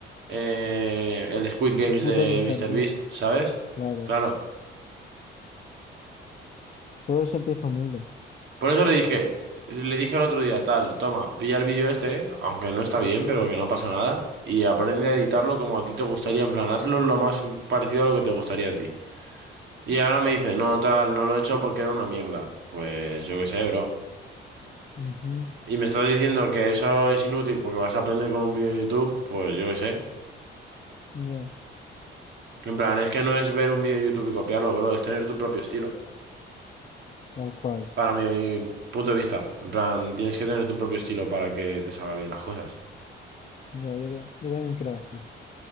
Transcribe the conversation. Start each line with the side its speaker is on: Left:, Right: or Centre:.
Right: eh, el Squid Games
Left: Puto
Right: de
Left: Mister
Right: MrBeast,
Left: Beast,
Right: ¿sabes?
Left: claro.
Right: Claro.
Left: Todo se empieza humilde.
Right: Por eso le dije, le dije el otro día, tal, toma, pilla el vídeo este, aunque no está bien, pero que no pasa nada, y aprende a editarlo como a ti te gustaría, en plan, hazlo lo más parecido a lo que te gustaría a ti. Y ahora me dice, no, tal, no lo he hecho porque era una mierda. Pues yo qué sé, bro.
Left: Ujú,
Right: Y me estás diciendo que eso es inútil porque vas a aprender con un vídeo de YouTube, pues yo qué sé.
Left: Ya,
Right: En plan, es que no es ver un vídeo de YouTube y copiarlo, bro, es tener tu propio estilo.
Left: tal cual.
Right: Para mi punto de vista, en plan, tienes que tener tu propio estilo para que te salgan bien las cosas.
Left: Ya, yo, ta- yo también creo así.